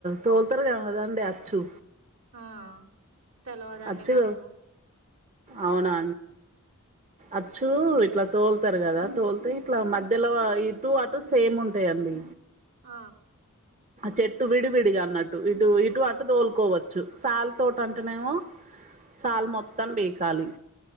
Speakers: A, on the right (about 30°); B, on the right (about 65°).
A: తోలుతారు కదాండి అచ్చు
B: ఆ తెలవదండి
A: అచ్చులు
B: మాకు
A: అవునా అచ్చు ఇట్లా తోలుతారు కదా తోలితే ఇట్లా మధ్యలో ఇటు అటు సేమ్ ఉంటాయండి.
B: ఆ
A: చెట్టు విడివిడిగా అన్నట్టు ఇటు ఇటు అటు తోలుకోవచ్చు శాలతోట అంటేనేమో సాలు మొత్తం పీకాలి